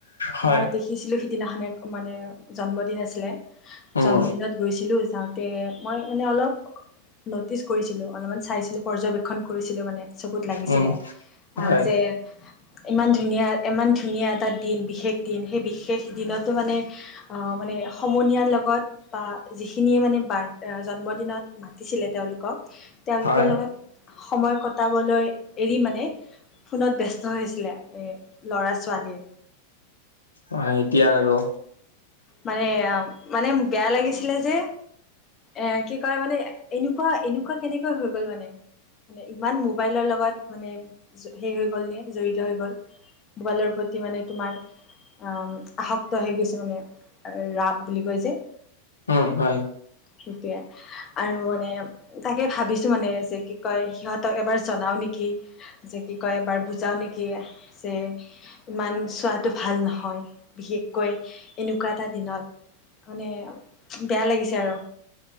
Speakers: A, on the left; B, on the left.
A: হয়
B: মই দেখিছিলোঁ সিদিনাখনে মানে জন্মদিন আছিলে।
A: উম
B: জন্মদিনত গৈছিলো যাওঁতে মই মানে অলপ নটিচ কৰিছিলো। চাইছিলো পৰ্যবেক্ষন কৰিছিলো মানে চকুত লাগিছিলে,
A: উম
B: আহ
A: হয়
B: যে। ইমান ধুনীয়া ইমান ধুনীয়া এটা দিন বিশেষ দিন সেই বিশেষ দিনতো মানে। আহ মানে সমনীয়াৰ লগত বা যিখিনিয়ে মানে বাৰ জন্ম দিনত। মাতিছিলে তেওঁলোকক তেওঁলোকৰ
A: হয়
B: লগত সময় কটাবলৈ এৰি মানে। ফোনত ব্যস্ত হৈছিলে এই ল'ৰা ছোৱালীয়ে।
A: হয়, এতিয়া আৰু।
B: মানে, মানে বেয়া লাগিছিলে যে। এ, কি কয় মানে এনেকুৱা এনেকুৱা কেনেকৈ হৈ গ'ল মানে। মানে ইমান মোবাইলৰ লগত মানে, সে হৈ গ'ল নে জড়িত হৈ গ'ল। মোবাইলৰ প্ৰতি মানে তোমাৰ অ, আসক্ত হৈ গৈছে মানে। ৰাপ বুলি কৈ যে।
A: উম, হয়।
B: সেইটোয়ে আৰু মানে তাকে ভাবিছো মানে যে কি কয় সিহঁত। তক, এবাৰ জনাও নেকি যে কি কয় এবাৰ বুজাওঁ নেকি। কি, ইমান চোৱাটো ভাল নহয় বিশেষকৈ এনেক। ককা এটা দিনত মানে বেয়া লাগিছে আৰু।